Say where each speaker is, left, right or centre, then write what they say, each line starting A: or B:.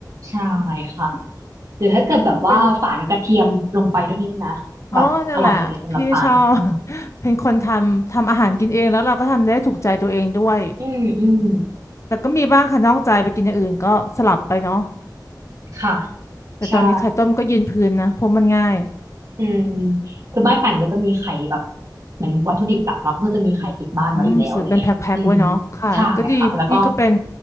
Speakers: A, on the right; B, on the left.
A: ใช่ค่ะหรือถ้าเกิดแบบว่าฝานกระเทียมลงไปด้วยนิดนะแบบอร่อยเลยสำหรับปานอืม
B: เพราะเป็นอ๋อนั่นแหละพี่ชอบ <laughs> เป็นคนทำทำอาหารกินเองแล้วเราก็ทำได้ถูกใจตัวเองด้วย
A: อืมอืม
B: แต่ก็มีบ้างค่ะนอกใจไปกินอย่างอื่นก็สลับไปเนาะ
A: ค่ะ
B: แต่ตอนนี้ไข่ต้มก็ยืนพื้นนะเพราะมันง่าย
A: ใช่ อืมคือบ้านป่านก็จะมีไข่แบบเหมือนวัตถุดิบหลักเราก็จะมีไข่ติดบ้านไว้อยู่แล้วอะไรเงี้ยอืม
B: อืมซื้อเป็นแพ็คๆไว้เนาะค่ะก็ดีเพราะพี่ก็เป็น
A: ใช่ค่ะแล้วก็